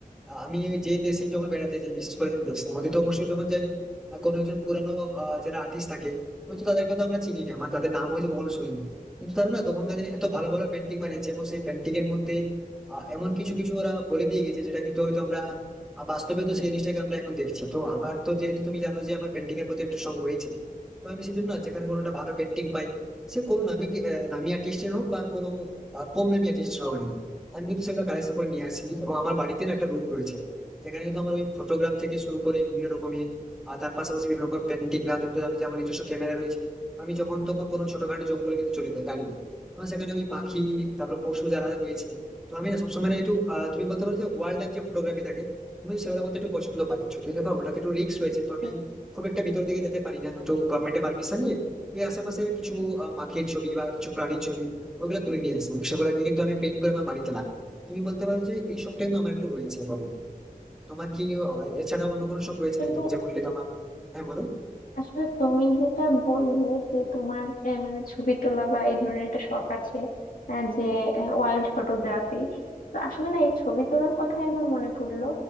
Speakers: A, in the centre; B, on the left.
A: আহ, আমি যে দেশে যখন বেড়াতে যাই বিশেষ করে দেশ আমাকে তো অবশ্যই যখন যাই আহ, কোনো একজন পুরানো আহ, যারা আর্টিস্ট থাকে হয়তো তাদেরকে তো আমরা চিনি না মানে তাদের নাম হয়তো কখনো শুনিনি কিন্তু তারা না তখনকার দিনে এত ভালো ভালো পেন্টিং বানিয়েছে এবং সেই পেন্টিং এর মধ্যে আহ, এমন কিছু কিছু ওরা বলে দিয়ে গেছে যেটা কিন্তু হয়তো আমরা আহ, বাস্তবে তো সেই জিনিসটাকে আমরা এখন দেখছি তো আমার তো যেহেতু তুমি জানো যে আমার পেন্টিং এর প্রতি একটা শখ রয়েছে তো আমি সেজন্য না যেখানে কোনোটা ভালো পেন্টিং পাই সে কোনো নামি কি- আহ, নামি আর্টিস্টের হোক বা কোনো আহ, কম নামি আর্টিস্টের হোক না কেন, আমি কিন্তু সেগুলো কালেকশন করে নিয়ে আসি এবং আমার
B: হুম,
A: বাড়িতে না একটা রুম রয়েছে সেখানে কিন্তু আমার ওই ফটোগ্রাফ থেকে শুরু করে বিভিন্ন রকমের আর তার পাশাপাশি বিভিন্ন রকম পেন্টিং না কিন্তু আমি যে আমার নিজস্ব ক্যামেরা রয়েছে আমি যখন তখন কোনো ছোটখাটো জঙ্গলে কিন্তু চলে যাই গাড়ি নিয়ে আমার সেখানে ওই পাখি তারপর পশু যারা রয়েছে তো আমি না সবসময় না একটু আহ, তুমি বলতে পারো যে ওয়াইল্ড লাইফ যে ফটোগ্রাফি থাকে আমি সেগুলো করতে একটু পছন্দ পাই ছোট থেকে ওটাতে একটু রিস্ক রয়েছে তো আমি
B: হুম।
A: খুব একটা ভিতর দিকে যেতে পারি না তো গভর্নমেন্টের পারমিশন নিয়ে আমি আশেপাশে কিছু আহ, পাখির ছবি বা কিছু প্রাণীর ছবি ওগুলো তুলে নিয়ে আসি সেগুলোকে কিন্তু আমি পেন্ট করে আমার বাড়িতে লাগাই তুমি বলতে পারো যে এই শখটা কিন্তু আমার একটু রয়েছে এবং তোমার কি আহ, এছাড়া অন্য কোনো শখ রয়েছে
B: আসলে
A: নাকি তুমি যে বললে তোমার হ্যাঁ বলো
B: আসলে তুমি যেটা বললে যে তোমার আহ, মানে ছবি তোলা বা এই ধরনের একটা শখ আছে আহ, যে ওয়াইল্ড ফটোগ্রাফি তো আসলে না এই ছবি তোলার কথাই আমার মনে পড়লো